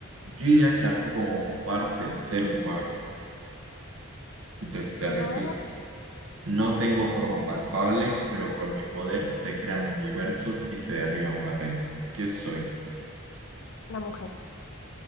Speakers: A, on the right (about 65°); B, on the left (about 60°).
A: yo diría que hace como parte del ser humano. Entonces te
B: De
A: repito.
B: nuevo,
A: No tengo forma palpable, pero con mi poder se crean universos y se derriban barreras. ¿Qué soy?
B: la mujer.